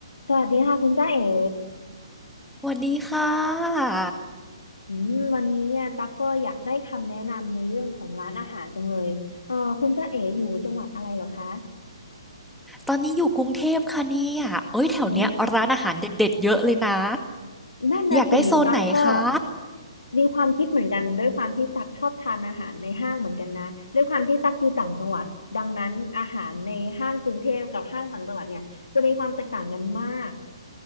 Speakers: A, on the left (about 75°); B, in the centre.
A: สวัสดีค่ะคุณจ้าเอ๋
B: สวัสดีค่ะ
A: อืมวันนี้เนี่ยตั๊กก็อยากได้คำแนะนำในเรื่องของร้านอาหารจังเลยเออคุณจ้าเอ๋อยู่จังหวัดอะไรเหรอคะ
B: ตอนนี้อยู่กรุงเทพค่ะเนี่ยเอ้ยแถวเนี้ยร้านอาหารเด็ดๆเยอะเลยนะ
A: อืมนั่นน่ะสิตั๊กก็
B: อยากได้โซนไหนคะ
A: มีความคิดเหมือนกันด้วยความที่ตั๊กชอบทานอาหารในห้างเหมือนกันนะด้วยความที่ตั๊กอยู่ต่างจังหวัดดังนั้นอาหารในห้างกรุงเทพกับห้างต่างจังหวัดเนี่ยจะมีความแตกต่างกันมาก